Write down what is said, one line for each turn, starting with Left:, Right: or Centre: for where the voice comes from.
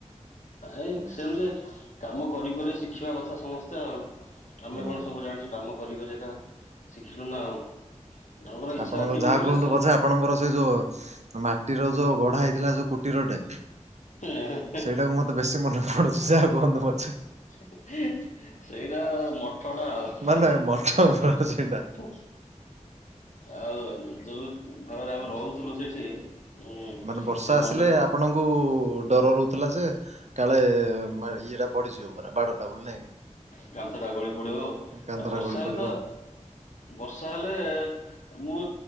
Left: ଏ
Right: ହୁଁ।
Left: ସେମିତି କାମ କରି କରି ଶିଖିବା କଥା ସମସ୍ତେ ଆଉ। ଆମେ
Right: ହୁଁ
Left: କଣ ସବୁ ଜାଣିଛୁ କାମ କରି କରି କା ଶିଖିଲୁ ନା ଆଉ ମନରେ ଇଚ୍ଛା
Right: ଆପଣଙ୍କର
Left: ଥିବ
Right: ଯାହା
Left: ବୋଲେ
Right: କୁହନ୍ତୁ
Left: ସେ ସବୁ
Right: ପଛେ ଆପଣଙ୍କର ସେଇ ଯୋଉ ମାଟିର ଯୋଉ ଗଢା ହେଇଥିଲା ଯୋଉ କୁଟୀରଟେ
Left: ହେଁ ହେଁ।
Right: ସେଇଟାକୁ ମତେ ବେଶୀ ମନେ ପଡୁଛି ଯେ ଯାହା କୁହନ୍ତ ପଛେ।
Left: ସେଇଟା ମଠ ଟା ଆଉ
Right: ମାନେ
Left: ହେଁ
Right: ମଠ ପୁରା ସେଇଟା।
Left: ହେଁ। ଆଉ ଯୋଉ ଭାବରେ ଆମେ
Right: ହୁଁ
Left: ରହୁଥିଲୁ ସେଇଠି ଉଁ ଏବେ
Right: ମାନେ ବର୍ଷା ଆସିଲେ
Left: ମନେ
Right: ଆପଣଙ୍କୁ ଡର ରହୁଥିଲା ଯେ କାଳେ ମା ଇଏଟା ପଡିଯିବ ପୁରା ବାଡଟା ବୁଲି ନାଇଁ କି?
Left: କାନ୍ଥ ଟା ଗଳି ପଡିବ। ଆଉ
Right: କାନ୍ଧଟା
Left: ବର୍ଷା
Right: ଗଳି
Left: ହେଲେ
Right: ପଡିବ।
Left: ତ ବର୍ଷା ହେଲେ ମୁଁ